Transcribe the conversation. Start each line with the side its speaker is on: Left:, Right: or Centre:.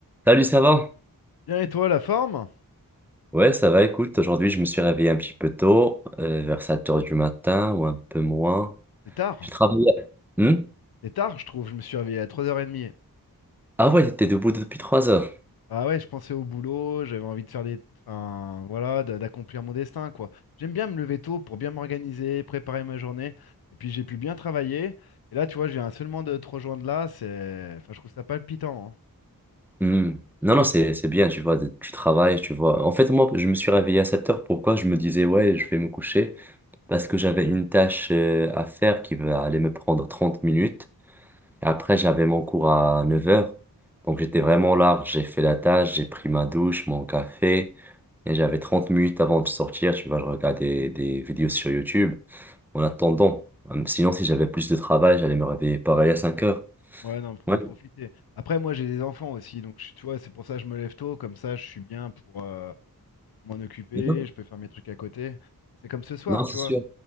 Centre: Salut, ça va?
Left: Bien, et toi, la forme?
Centre: Ouais, ça va, écoute, aujourd'hui je me suis réveillé un petit peu tôt, euh, vers 7 heures du matin ou un peu moins.
Left: C'est tard.
Centre: J'ai travaillé. Hmm
Left: C'est tard, je trouve. Je me suis réveillé à 3h30.
Centre: Ah ouais, t'étais debout depuis 3 heures.
Left: Ah ouais, je pensais au boulot, j'avais envie de faire des... Enfin, voilà, d'a- d'accomplir mon destin, quoi. J'aime bien me lever tôt pour bien m'organiser, préparer ma journée. Et puis, j'ai pu bien travailler. Et là, tu vois, je viens seulement de te rejoindre là. C'est... Enfin, je trouve ça palpitant, hein.
Centre: Hmm. Non, non, c'est c'est bien, tu vois, tu travailles, tu vois. En fait, moi, je me suis réveillé à 7 heures. Pourquoi? Je me disais, ouais, je vais me coucher parce que j'avais une tâche euh, à faire qui va aller me prendre 30 minutes. Et après, j'avais mon cours à neuf heures, Donc, j'étais vraiment large. J'ai fait la tâche, j'ai pris ma douche, mon café. Et j'avais 30 minutes avant de sortir. Tu vois, je regardais des vidéos sur YouTube en attendant. Hum, Sinon, si j'avais plus de travail, j'allais me réveiller pareil à cinq heures.
Left: Ouais, non, faut
Centre: Ouais.
Left: en profiter. Après, moi, j'ai des enfants aussi. Donc, je- tu vois, c'est pour ça que je me lève tôt. Comme ça, je suis bien pour euh, m'en occuper.
Centre: Non,
Left: Je peux faire mes trucs à côté. C'est comme ce soir,
Centre: non,
Left: tu
Centre: c'est
Left: vois.
Centre: sûr.